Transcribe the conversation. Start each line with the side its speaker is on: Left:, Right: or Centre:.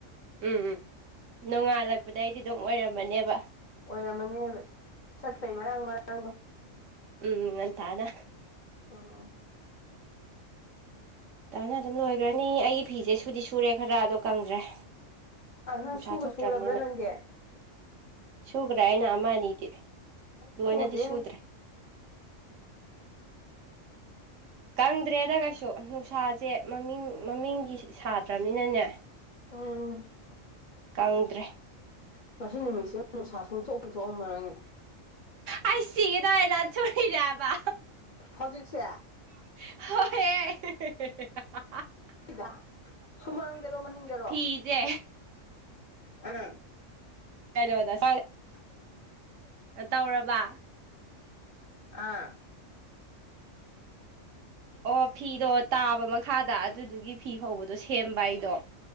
Right: ꯎꯝ ꯎꯝ ꯅꯣꯡꯉꯥꯜꯂꯛꯄꯗꯩꯗꯤ ꯑꯗꯨꯝ ꯑꯣꯏꯔꯝꯃꯅꯦꯕ
Left: ꯑꯣꯏꯔꯝꯃꯅꯦꯕ ꯆꯠꯄꯩ ꯃꯔꯥꯡ ꯃꯔꯥꯡꯗꯣ
Right: ꯎꯝ ꯉꯟꯇꯥꯅ
Left: ꯎꯝ
Right: ꯇꯥꯅ ꯑꯗꯨꯝ ꯂꯣꯏꯒ꯭ꯔꯥꯅꯤ ꯑꯩꯒꯤ ꯐꯤꯁꯦ ꯁꯨꯗꯤ ꯁꯨꯔꯦ ꯈꯔ ꯑꯗꯣ ꯀꯪꯗ꯭ꯔꯦ
Left: ꯑ ꯅꯪ
Right: ꯅꯨꯡꯁꯥ
Left: ꯁꯨꯒ
Right: ꯊꯣꯛꯇ꯭ꯔꯥꯝꯅꯤꯅ
Left: ꯁꯨꯔꯕ꯭ꯔꯥ ꯅꯪꯗꯤ
Right: ꯁꯨꯒ꯭ꯔꯦ ꯑꯩꯅ ꯑꯃ ꯑꯅꯤꯗꯤ
Left: ꯑꯩꯗꯤ
Right: ꯂꯣꯏꯅꯗꯤ
Left: ꯁꯨꯗꯦ
Right: ꯁꯨꯗ꯭ꯔꯦ ꯀꯪꯗ꯭ꯔꯦꯗ ꯀꯩꯁꯨ ꯅꯨꯡꯁꯥꯖꯦ ꯃꯃꯤꯡ ꯃꯃꯤꯡꯒꯤ ꯁꯥꯗ꯭ꯔꯥꯕꯅꯤꯅꯅꯦ
Left: ꯎꯝ
Right: ꯀꯪꯗ꯭ꯔꯦ
Left: ꯉꯁꯤ ꯅꯨꯃꯤꯠꯁꯤꯃ ꯅꯨꯡꯁꯥ ꯁꯨꯡꯊꯣꯛ ꯄꯨ ꯊꯣꯛꯑꯝꯃꯔꯣꯏꯅꯦ
Right: ꯑꯩ ꯁꯤꯒꯦ ꯇꯧꯋꯦ ꯅꯥꯟꯊꯨꯔꯤꯅꯦ ꯍꯥꯢꯕ
Left: ꯍꯧꯖꯤꯛꯁꯦ
Right: ꯍꯣꯢꯌꯦ
Left: ꯥꯁꯤꯗꯥ ꯁꯨꯃꯥꯡꯗꯔꯣ ꯃꯅꯤꯡꯗꯔꯣ
Right: ꯐꯤꯁꯦ
Left: ꯑꯩꯅ
Right: ꯀꯩꯅꯣꯗ <unintelligible> ꯑꯥ ꯇꯧꯔꯕ
Left: ꯑꯥ
Right: ꯑꯣ ꯐꯤꯗꯣ ꯇꯥꯕ ꯃꯈꯥꯗ ꯑꯗꯨꯗꯨꯒꯤ ꯐꯤ ꯐꯧꯕꯗꯣ ꯁꯦꯝꯕ ꯑꯩꯗꯣ